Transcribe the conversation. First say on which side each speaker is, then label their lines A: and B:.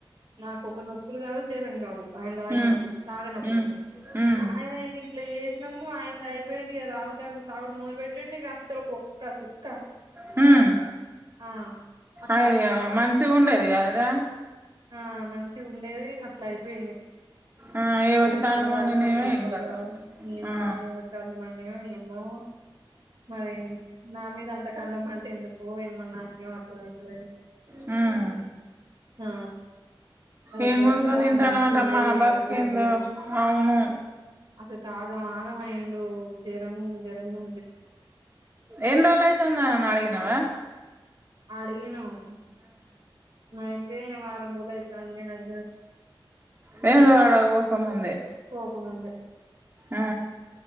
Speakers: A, on the right; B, on the right.
A: నాకు ఒక నొప్పులు కాదు జ్వరం కాదు ఆయన తాగినప్పుడు
B: హ్మ్
A: తాగనప్పుడు
B: హ్మ్ హ్మ్
A: ప్పుడు ఆయన ఇట్లా చేసినము ఆయనది అయిపోయి రావుతం తాగుడు మొదల పెట్టిండు ఇగ అస్సలుకు ఒక్క సుక్క
B: హమ్
A: ఆ అట్లా
B: అయ్యో మంచి మంచిగ ఉండేది కాదరా
A: ఆ మంచిగ ఉండేది అట్లా అయిపోయింది.
B: ఆ
A: ఒక
B: ఏవతి
A: ఏడుపు
B: కాళ్ళు
A: కాదు
B: మండినయో
A: ఒక బొబ్బలు
B: ఏం కథో
A: కాదు ఏమో
B: ఆ
A: ఏవరి కండ్లుమడినయో ఏమో మరి నా మీద అంత కళ్ళ మంట ఎందుకో ఏమ నాకేమ్ అర్ధమయిత లేదు.
B: హ్మ్
A: ఆ అసలుకు
B: ఏం గుంజుక
A: అట్లా
B: తింటానవట
A: మంచి ఉండేది
B: మన బతుకేందో
A: లడ్డుగా ఉండేది
B: అవును
A: అసలు ఆగం ఆగమయిండు జరము జరము
B: ఏన్ రోజులు అయితంది అని అడిగినవ
A: అడినమ్ అయితే వారంరోలు అయితుంది. తాను తిన్నది
B: వెేములవాడ వొక ముందే
A: పోకముందే
B: ఆ